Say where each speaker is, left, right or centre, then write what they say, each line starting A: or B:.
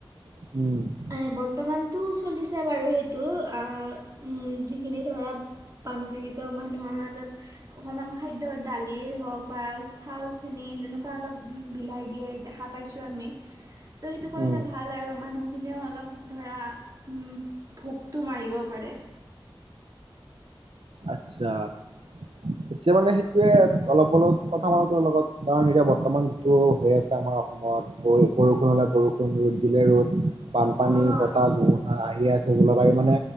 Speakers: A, on the right; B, on the right.
A: উম উ উ।
B: আ এ এ বৰ্তমানটো চলিছে বাৰু সেইটো আ আ আ উম উ উ যিখিনি ধৰা বানপীড়িত মানুহৰ মাজত অকমান খাদ্য দাল যিয়ে হওক বা চাউল চেনি তেনেকুৱা অলপ বিলাই দিয়ে দেখা পাইছোঁ আমি। তো' এইটো কৰিলে
A: উম
B: ভাল আৰু মানুহখিনিও অলপ ধৰা উম উ উ। ভোকটো মাৰিব পাৰে।
A: আচ্ছা। হু হু উ এতিয়া মানে সেইটোৱে অলপ অলপ কথা মানো তোৰ লগত কাৰণ এতিয়া বৰ্তমান টো ও ও হৈ আছে আমাৰ অসমত বৈ বৰষুণ হলে বৰষুণ ৰ'দ দিলে ৰ'দ বানপানী
B: অঁ
A: বতাহ ধুমুহা আহি আছে। এই জলবায়ু মানে